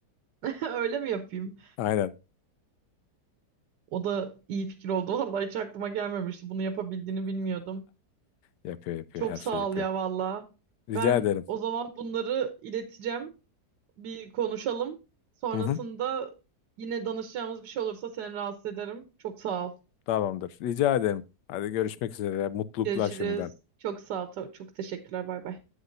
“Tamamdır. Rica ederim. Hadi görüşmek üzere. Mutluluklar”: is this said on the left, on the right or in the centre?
Left